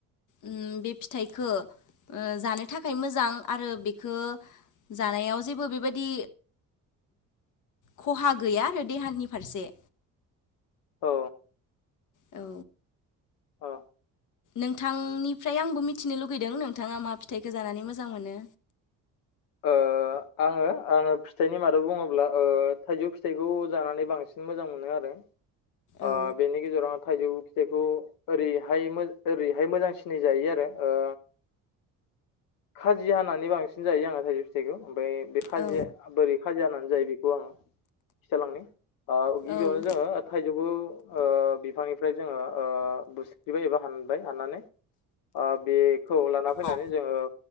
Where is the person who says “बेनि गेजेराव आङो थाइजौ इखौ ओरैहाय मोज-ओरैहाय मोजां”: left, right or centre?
Left